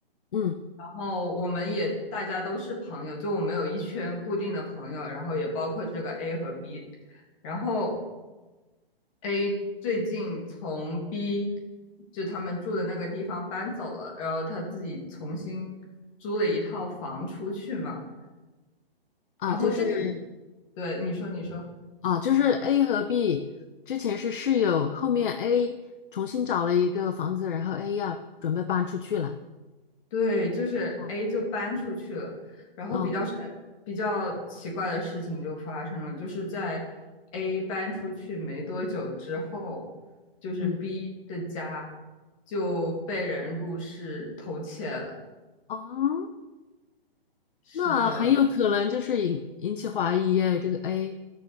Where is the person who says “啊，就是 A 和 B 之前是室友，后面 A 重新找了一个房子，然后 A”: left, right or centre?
Left